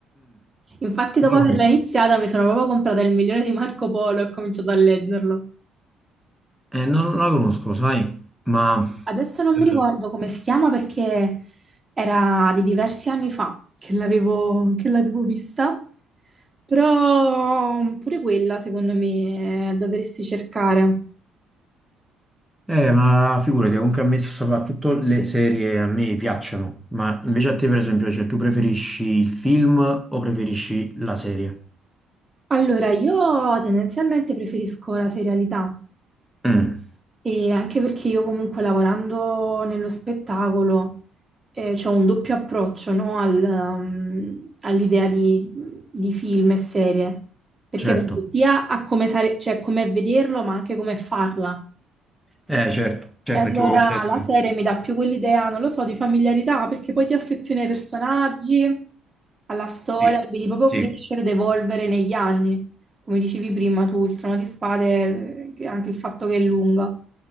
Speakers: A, on the right (about 20°); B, in the centre.
A: Infatti, dopo
B: non la
A: averla
B: conosco.
A: iniziata, mi sono proprio comprata il milione di Marco Polo e ho cominciato a leggerlo.
B: Eh, non, non la conosco, sai, ma,
A: Eh, Adesso non
B: eh,
A: mi ricordo come si chiama perché era di diversi anni fa che l'avevo che l'avevo vista, però pure quella, secondo me, eh, dovresti cercare.
B: eh, ma figurati, comunque a me soprattutto le serie a me piacciono, ma invece a te per esempio, cioè, tu preferisci il film o preferisci la serie?
A: Allora, io tendenzialmente preferisco la serialità,
B: Mm,
A: E anche perché io comunque lavorando nello spettacolo ho un doppio approccio, no, al, um, all'idea di, di film e serie, perché
B: certo.
A: penso sia a come, sare- cioè, come vederlo, ma anche come farla.
B: Eh, certo, certo,
A: E allora
B: perché comunque ecco,
A: la serie mi dà più quell'idea, non lo so, di familiarità, perché poi ti affezioni ai personaggi, alla storia,
B: sì,
A: li vedi proprio
B: sì.
A: crescere ed evolvere negli anni. Come dicevi prima tu, il Trono di Spade, eh, anche il fatto che è lunga.